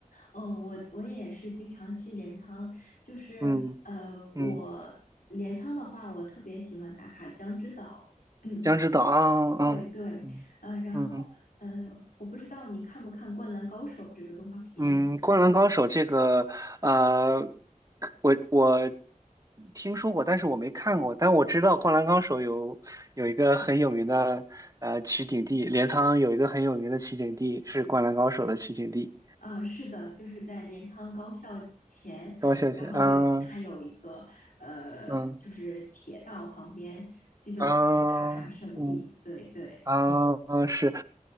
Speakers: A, on the left; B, on the right.
A: 哦，我我也是经常去镰仓，就是呃，
B: 嗯嗯，
A: 我镰仓的话，我特别喜欢打卡江之岛。<clears throat>
B: 江之岛啊啊嗯嗯
A: 对对，呃，然后呃，我不知道你看不看《灌篮高手》这个动画片
B: 嗯，《灌篮高手》这个，呃，我我听说过，但是我没看过，但我知道《灌篮高手》有有一个很有名的呃取景地，镰仓有一个很有名的取景地是《灌篮高手》的取景地。
A: 啊，是的，就是在镰仓高校前，
B: 高小姐，
A: 然后有它有一个呃，
B: 嗯嗯
A: 就是铁道旁边，基本就是打卡圣地。
B: 嗯嗯
A: 对对，
B: 啊，嗯是，